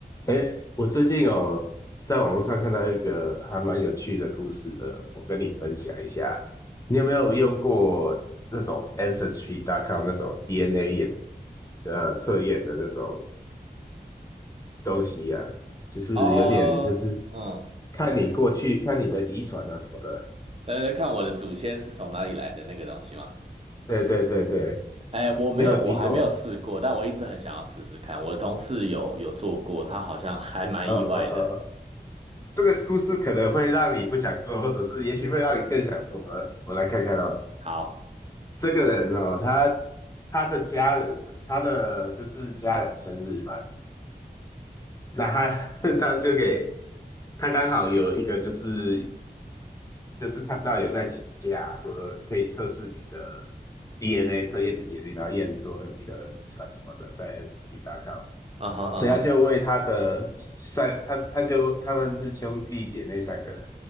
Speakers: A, on the left; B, on the right.
A: 哎，我最近哦，在网络上看到一个还蛮有趣的故事的，我跟你分享一下。你有没有用过那种 Ancestry.com 那种 DNA 演呃测验的那种东西啊？就是有点就是
B: 哦，嗯，
A: 看你过去看你的遗传啊什么的。
B: 来来看我的祖先是从哪里来的那个东西吗？
A: 对对对对，
B: 哎，我没有，
A: 你有没有听过？
B: 我还没有试过，但我一直很想要试试看。我的同事有有做过，他好像还蛮意外的。
A: 呃呃呃，这个故事可能会让你不想做，或者是也许会让你更想做。我们我们来看看哦。
B: 好，
A: 这个人哦，他他的家人生，他的就是家人生日嘛，那他 <laughs> 他就给他刚好有一个就是就是看到有在请假，说可以测试你的 DNA，测验你 DNA，然后验说你的遗传什么的，在 SB.com，
B: 嗯哼嗯哼，
A: 所以他就为他的三，他他就他们是兄弟姐妹三个人，